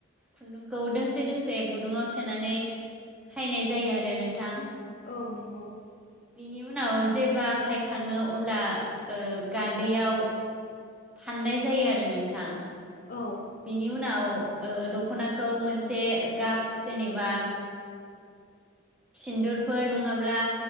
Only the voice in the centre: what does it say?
खुन्दुंखौ दोंसे दोंसे गुदुंआव सोनानै। खायनाय जायो आरो नोंथां।
बिनि उनाव जेब्ला खायखांङो अब्ला ओ गान्दैयाव। फाननाय जायो आरो नोंथां।
बिनि उनाव। दखनाखौ मोनसे गाब जेनेबा। सिन्दुरफोर नङाब्ला